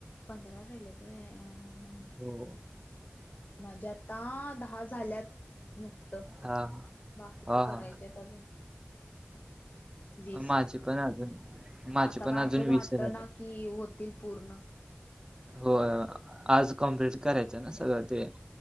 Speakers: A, on the left; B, on the right.
A: पंधरा राहिल्यात व्हयं हं हं हं.
B: हो.
A: माझे आता दहा झाल्यात नुकतं.
B: हा हा.
A: बाकीचे
B: हा,
A: करायचेत
B: हा.
A: अजून. वीस
B: माझे पण अजून माझे
A: आता
B: पण
A: काय
B: अजून
A: असं वाटना
B: राहिल्यात.
A: की. ही होतील पूर्ण.
B: हो आज कम्प्लीट करायचं, हाय ना ते सगळं.